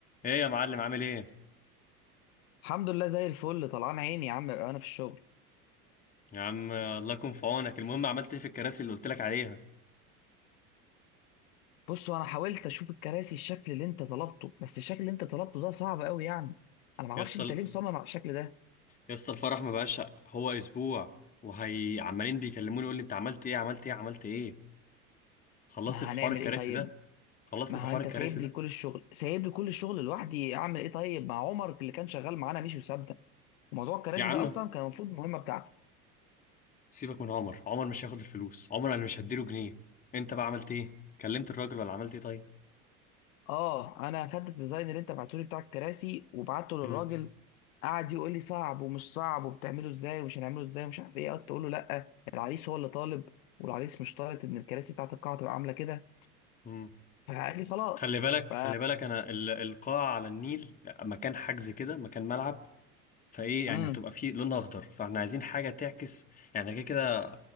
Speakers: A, on the left (about 20°); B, on the left (about 60°).
A: ايه يا معلم عامل ايه
B: الحمد لله زي الفل طلعان عيني يا عم انا في الشغل
A: يا عم الله يكون في عونك المهم عملت ايه في الكراسي اللي قلت لك عليها
B: بص انا حاولت اشوف الكراسي الشكل اللي انت طلبته بس الشكل اللي انت طلبته ده صعب قوي يعني انا ما اعرفش
A: يا اسطى
B: انت ليه مصمم على الشكل ده
A: يا اسطى الفرح ما بقاش هو اسبوع وهي عمالين بيكلموني يقول لي انت عملت ايه عملت ايه عملت ايه خلصني
B: ما
A: في
B: هنعمل
A: حوار الكراسي
B: ايه طيب
A: ده خلصني
B: ما
A: في
B: هو
A: حوار
B: انت
A: الكراسي
B: سايب
A: ده
B: لي كل الشغل سايب لي كل الشغل لوحدي اعمل ايه طيب مع عمر اللي كان شغال معانا مش وسابنا موضوع الكراسي
A: يا عم
B: ده اصلا كان المفروض مهمه بتاعته
A: سيبك من عمر عمر مش هياخد الفلوس عمر انا مش هديله جنيه انت بقى عملت ايه كلمت الراجل ولا عملت ايه طيب
B: اه انا اخدت الديزاين اللي انت بعته لي بتاع الكراسي وبعته للراجل
A: امم
B: قعد يقول لي صعب ومش صعب وبتعمله ازاي ومش هنعمله ازاي ومش عارف ايه قعدت اقول له لا العريس هو اللي طالب والعريس مش طالب ان الكراسي بتاعت القاعه تبقى عامله كده
A: امم
B: فقال لي خلاص
A: خلي بالك
B: ف
A: خلي بالك انا ال- القاعه على النيل مكان حجز كده مكان ملعب فايه يعني
B: امم
A: هتبقى في لونها اخضر فاحنا عايزين حاجه تعكس يعني كده كده